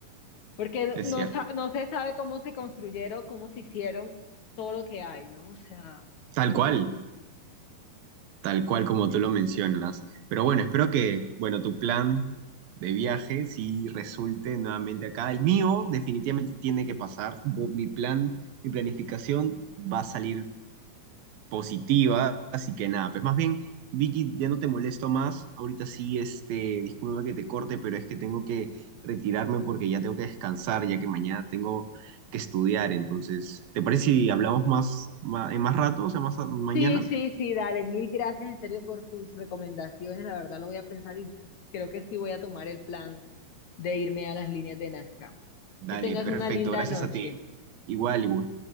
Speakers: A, on the left; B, on the right.
A: porque
B: es
A: no,
B: cierto.
A: sa- no se sabe cómo se construyeron, cómo se hicieron todo lo que hay, ¿no? O sea...
B: Tal cual. Tal cual como tú lo mencionas. Pero bueno, espero que, bueno, tu plan de viaje sí resulte nuevamente acá. El mío definitivamente tiene que pasar. Bo- Mi plan, mi planificación va a salir positiva. Así que nada, pues más bien, Vicky, ya no te molesto más. Ahorita sí, este, disculpa que te corte, pero es que tengo que retirarme porque ya tengo que descansar, ya que mañana tengo que estudiar. Entonces, ¿te parece si hablamos más, ma- en más rato, o sea, más a- mañana?
A: Sí, sí, sí, dale, mil gracias en serio por tus recomendaciones, la verdad lo voy a pensar y creo que sí voy a tomar el plan de irme a las líneas de Nazca.
B: Dale,
A: Que tengas
B: perfecto,
A: una linda
B: gracias
A: noche.
B: a ti. Igual, igual.